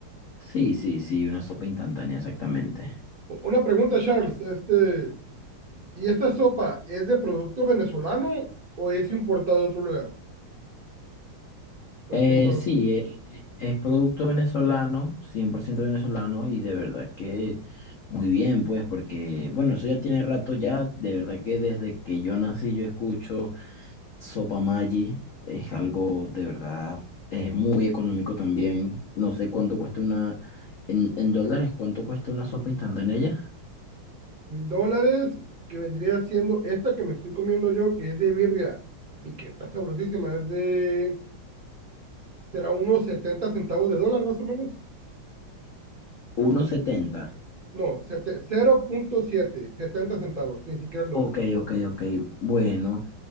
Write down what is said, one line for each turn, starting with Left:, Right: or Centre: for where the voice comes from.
Left: Sí, sí, sí, una sopa instantánea, exactamente.
Right: U- Una pregunta, Charles, este... ¿Y esta sopa es de producto venezolano o es importado de otro lugar? Porque
Left: Eh,
Right: no,
Left: sí, eh, eh, es producto venezolano, 100% venezolano, y de verdad que muy bien, pues, porque, bueno, eso ya tiene rato ya, de verdad que desde que yo nací yo escucho Sopa Maggi, es algo de verdad, es muy económico también, no sé cuánto cuesta una, en, en dólares, cuánto cuesta una sopa instantánea ya,
Right: en dólares que vendría siendo esta que me estoy comiendo yo, que es de birria y que está sabrosísima, es de, será unos 70 centavos de dólar más o menos.
Left: uno setenta,
Right: No, sete- cero punto siete, setenta centavos, ni siquiera el dólar,
Left: Ok, ok, ok, bueno,